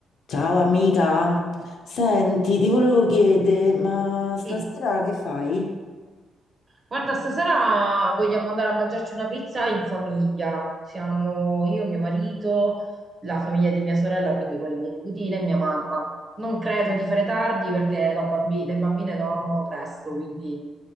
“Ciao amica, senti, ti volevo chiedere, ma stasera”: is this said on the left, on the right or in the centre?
Left